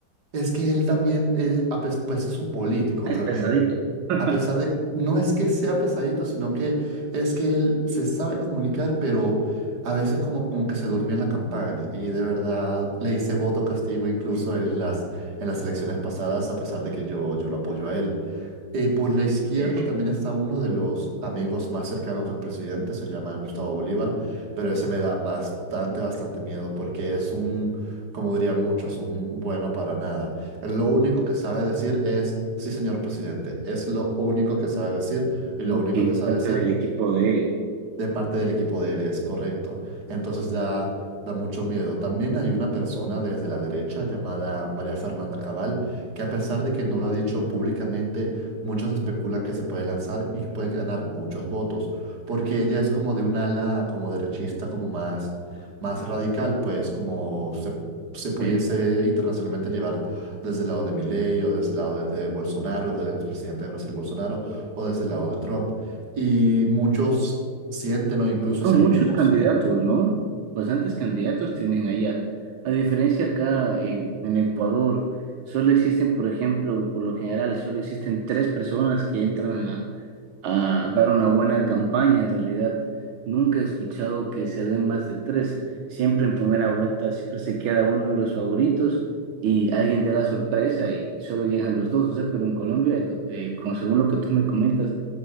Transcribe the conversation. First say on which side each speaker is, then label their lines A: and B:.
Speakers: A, on the right; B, on the right.
A: es que él también, eh, a pes- pues es un político
B: Ah,
A: realmente.
B: es pesadito. <laughs>
A: A pesar de, no es que sea pesadito, sino que es que él se sabe comunicar, pero a veces como, como que se durmió en la campaña. Y de verdad le hice voto castigo incluso en las, en las elecciones pasadas, a pesar de que yo, yo lo apoyo a él. Eh, por la izquierda
B: Eh,
A: también está uno de los amigos más cercanos del presidente, se llama Gustavo Bolívar, pero ese me da bastante, bastante miedo porque es un, como dirían muchos, un bueno para nada. Él Lo único que sabe decir es, sí, señor presidente, es lo único que sabe decir y lo
B: Ok,
A: único que sabe
B: parte
A: hacer
B: del equipo de él.
A: de parte del equipo de él, es correcto. Entonces da, da mucho miedo. También hay una persona desde la derecha llamada María Fernanda Cabal, que a pesar de que no lo ha dicho públicamente, muchos especulan que se puede lanzar y puede ganar muchos votos, porque ella es como de un ala como derechista, como más, más radical, pues como se, se pudiese
B: Ok.
A: internacionalmente llevar desde el lado de Milei o desde el lado de, de Bolsonaro, del expresidente de Brasil Bolsonaro o desde el lado de Trump. Y muchos sienten o incluso
B: Son
A: sentimos.
B: muchos candidatos, ¿no? Bastantes candidatos tienen allá. A diferencia acá en, en Ecuador, solo existen, por ejemplo, por lo general, solo existen tres personas que entran a, a dar una buena campaña. En realidad, nunca he escuchado que se den más de tres. Siempre en primera vuelta, siempre se queda uno de los favoritos y alguien te da la sorpresa y solo llegan los dos. O sea, pero en Colombia, eh, como según lo que tú me comentas,